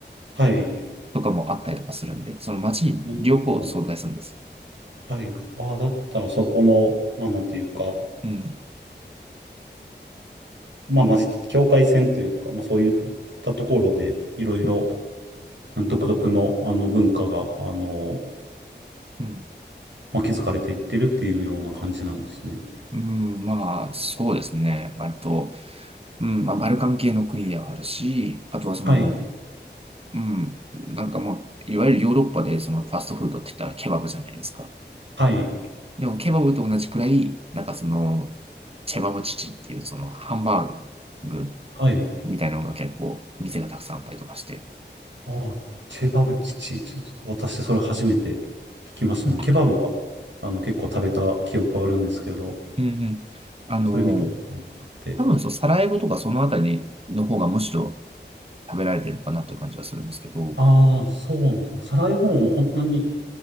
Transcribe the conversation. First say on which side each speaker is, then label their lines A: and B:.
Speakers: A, on the right (about 80°); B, on the right (about 30°).
A: はい。
B: とかもあったりとかするんで、その街に両方存在するんです。
A: 今日も。はい。ああ、だったらそこの、まあなんていうか、
B: うん。
A: まあ混じった境界線というか、まあそういったところで、いろいろ
B: うん。
A: 独特のあの文化が、あの、
B: うん
A: まあ、築かれていってるっていうような感じなんですね。
B: まあ、そうですね。割と、うん、まあ、バルカン系の国ではあるし、あとはその、
A: はい。
B: うん、なんかもう、いわゆるヨーロッパでそのファストフードって言ったらケバブじゃないですか。
A: はい。
B: でも、ケバブと同じくらい、なんかその、チェバブチチっていうそのハンバーグ
A: はい。
B: みたいなのが結構、店がたくさんあったりとかして。
A: ああ、ケバブチチ。ちょっと私それ初めて聞きましたの。
B: うん
A: ケバブは、あの結構食べた記憶はあるんですけど、
B: うんうん。あの
A: それ見たことなくて。
B: 多分そう、サラエボとかそのあたりの方がむしろ食べられてるのかなという感じはするんですけど。
A: ああ、そうなんですよ。サラエボも本当に、